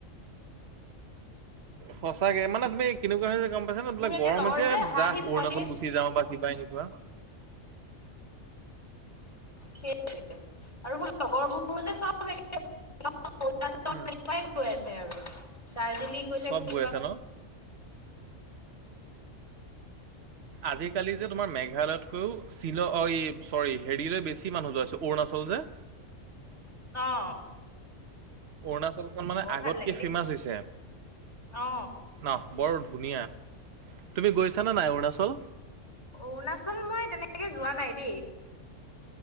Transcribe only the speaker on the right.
সঁচাকে মানে তুমি কেনেকুৱা হৈছে গ'ম পাইছা নে? বোলে
গৰম
হৈছে
যা
অৰুণাচল গুচি যাওঁ বা কিবা এনেকুৱা
উম
চব
গৈ আছে ন আজিকালি যে তোমাৰ মেঘালয়তকৈও চিল এই চৰি, হেৰিলৈ বেছি মানুহ যোৱা হৈছে অৰুণাচল যে
অৰুণাচলখন মানে
আগতকে
ফেমাচ
হৈছে।
নহ বৰ ধুনীয়া। তুমি গৈছানে নাই অৰুণাচল?